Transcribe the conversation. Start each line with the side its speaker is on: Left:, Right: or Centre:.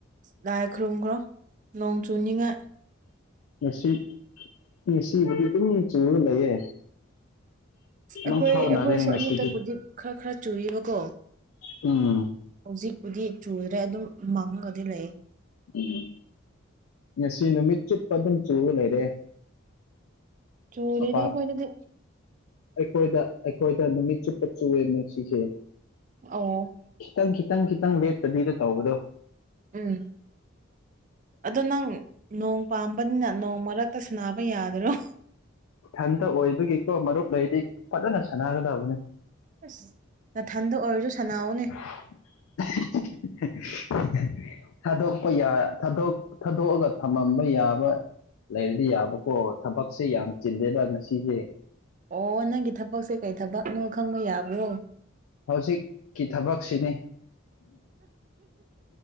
Right: ꯂꯥꯏ ꯈꯨꯔꯨꯝꯈ꯭ꯔꯣ ꯅꯣꯡ ꯆꯨꯅꯤꯡꯉꯥꯏ
Left: ꯉꯁꯤ ꯉꯁꯤꯕꯨꯗꯤ ꯑꯗꯨꯝ ꯆꯨꯔꯒ ꯂꯩꯌꯦ
Right: ꯑꯩꯈꯣꯏ
Left: ꯃꯪꯐꯥꯎꯅꯔꯦ
Right: ꯑꯩꯈꯣꯏꯁꯨ
Left: ꯉꯁꯤꯗꯤ
Right: ꯑꯌꯨꯛꯇꯕꯨꯗꯤ ꯈꯔ ꯈꯔ ꯆꯨꯏꯌꯦꯕꯀꯣ
Left: ꯎꯝ
Right: ꯍꯨꯖꯤꯛꯄꯨꯗꯤ ꯆꯨꯗ꯭ꯔꯦ ꯑꯗꯨꯝ ꯃꯥꯡꯉꯒꯗꯤ ꯂꯩ
Left: ꯎꯝ ꯉꯁꯤ ꯅꯨꯃꯤꯠ ꯆꯨꯞꯄ ꯑꯗꯨꯝ ꯆꯨꯔ ꯂꯩꯔꯦ
Right: ꯆꯨꯗꯦꯅ
Left: ꯃꯄꯥꯟ
Right: ꯑꯈꯣꯢꯗꯗꯤ
Left: ꯑꯩꯈꯣꯏꯗ ꯑꯩꯈꯣꯏꯗ ꯅꯨꯃꯤꯠ ꯆꯨꯞꯄ ꯆꯨꯌꯦ ꯉꯁꯤꯁꯦ
Right: ꯑꯣ
Left: ꯈꯤꯇꯪ ꯈꯤ ꯈꯤꯇꯪ ꯈꯤꯇꯪ ꯂꯦꯞꯇꯕꯤꯗ ꯇꯧꯕꯗꯣ
Right: ꯎꯝ ꯑꯗꯣ ꯅꯪ ꯅꯣꯡ ꯄꯥꯝꯕꯅꯤꯅ ꯅꯣꯡ ꯃꯔꯛꯇ ꯁꯅꯕ ꯌꯥꯗꯔꯣ
Left: ꯊꯟꯇ ꯑꯣꯏꯕꯒꯤ ꯀꯣ ꯃꯔꯨꯞ ꯂꯩꯗꯤ ꯐꯖꯅ ꯁꯥꯟꯅꯒꯗꯕꯅꯦ
Right: ꯑꯁ ꯅꯊꯟꯗ ꯑꯣꯏꯔꯁꯨ ꯁꯥꯟꯅꯧꯅꯦ
Left: <unintelligible> ꯊꯥꯗꯣꯛꯄ ꯌꯥ ꯊꯥꯗꯣꯛ ꯊꯥꯗꯣꯛꯑꯒ ꯊꯝꯃꯝꯕ ꯌꯥꯕ ꯂꯩꯔꯗꯤ ꯌꯥꯕꯀꯣ ꯊꯕꯛꯁꯦ ꯌꯥꯝ ꯆꯤꯜꯗꯦꯗ ꯉꯁꯤꯁꯦ
Right: ꯑꯣ ꯅꯪꯒꯤ ꯊꯕꯛꯁꯦ ꯀꯩ ꯊꯕꯛꯅꯣ ꯈꯪꯕ ꯌꯥꯕ꯭ꯔꯣ
Left: ꯍꯧꯖꯤꯛꯀꯤ ꯊꯕꯛꯁꯤꯅꯦ